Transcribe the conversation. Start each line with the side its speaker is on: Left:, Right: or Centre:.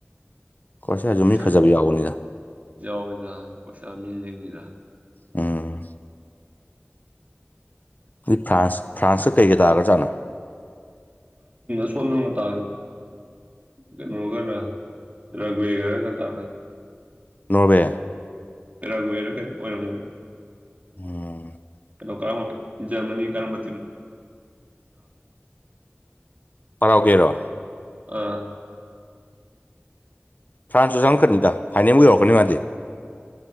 Left: ꯀ꯭ꯔꯣꯁꯤꯌꯥꯁꯨ
Right: ꯀꯁꯅ
Left: ꯃꯤ ꯐꯖꯕ ꯌꯥꯎꯕꯅꯤꯗ
Right: ꯌꯥꯋꯥ ꯃꯤꯗ ꯀꯁꯥ ꯃꯤꯜꯖ ꯃꯤꯗ
Left: ꯎꯝ ꯑꯗꯨ ꯐ꯭ꯔꯥꯟꯁ ꯐ꯭ꯔꯥꯟꯁꯇ ꯀꯩꯒ ꯇꯥꯒ꯭ꯔꯥꯖꯥꯠꯅꯣ
Right: ꯁꯜꯣ ꯇꯥ ꯀꯩꯅꯣꯒ ꯔꯒꯒꯔ ꯀ ꯇ
Left: ꯅꯣꯔꯋꯦ
Right: ꯇꯦꯔꯥꯒ ꯑꯣꯏꯔ ꯀ ꯑꯣꯏꯔꯝꯔ
Left: ꯎꯝ
Right: ꯩꯅꯣ ꯀꯔꯝꯕ ꯔꯃꯅꯤ ꯀꯔꯝꯗ
Left: ꯍꯔꯥꯎꯒꯦꯔꯣ
Right: ꯑꯥ
Left: ꯐ꯭ꯔꯥꯟꯁꯇꯁꯨ ꯆꯪꯪꯂꯉꯛꯀꯅꯤꯗ ꯍꯥꯏꯥꯏꯅꯦꯝꯕꯨ ꯌꯧꯔꯛꯀꯅꯤ ꯃꯥꯗꯗꯤ